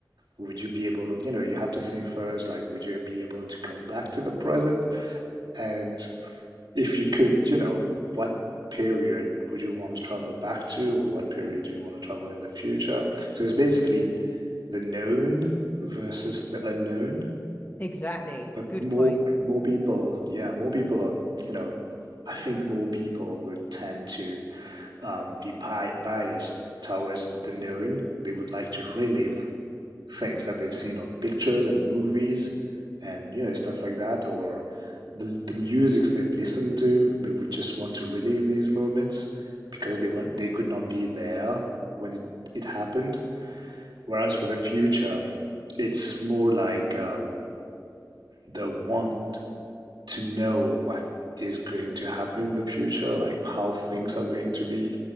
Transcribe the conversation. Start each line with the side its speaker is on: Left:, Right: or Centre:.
Right: would you be able you know you have to think first like would you be able to come back to the present and if you could you know what period would you want to travel back to or what period do you want to travel in the future so it's basically the known versus the unknown
Left: Exactly.
Right: but
Left: Good
Right: more
Left: point.
Right: more people, yeah, more people are, you know, I think more people would tend to um, be bi biased towards the known. They would like to relive things that they've seen on pictures and movies and you know stuff like that or the the musics they've listened to. They would just want to relive these moments because they want they could not be there when it, it happened. Whereas for the future, it's more like um, the want to know what is going to happen in the future, like how things are going to be.